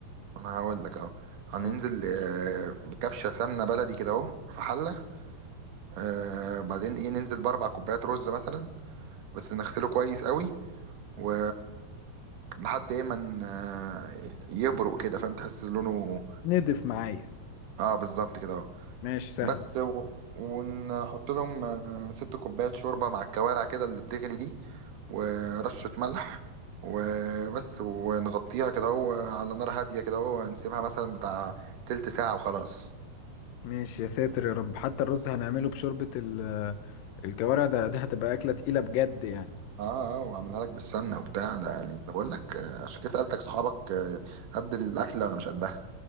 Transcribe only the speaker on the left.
قول.
ندف معايا
ماشي سهل
ماشي يا ساتر يا رب حتى الرز هنعمله بشوربة ال- الكوارع ده ده هتبقى أكلة تقيلة بجد يعني